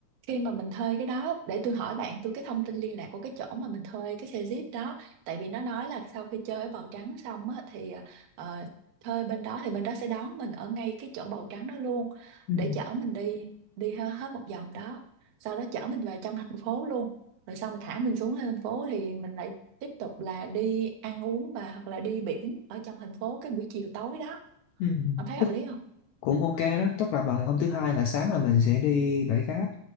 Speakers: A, on the right; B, on the left.
A: khi mà mình thuê cái đó để tôi hỏi bạn tôi cái thông tin liên lạc của cái chỗ mà mình thuê cái xe Jeep đó tại vì nó nói là sau khi chơi ở Bào Trắng xong á thì ờ, thuê bên đó thì bên đó sẽ đón mình ở ngay cái chỗ Bào Trắng đó luôn
B: ừ,
A: để chở mình đi đi he- hết một vòng đó sau đó chở mình về trong thành phố luôn rồi xong mình thả mình xuống thành phố thì mình lại tiếp tục là đi ăn uống và hoặc là đi biển ở trong thành phố cái buổi chiều tối đó
B: ừ,
A: ông thấy
B: tức
A: hợp lý không
B: cũng ok đó tức là bằng hôm thứ hai là sáng là mình sẽ đi bãi cát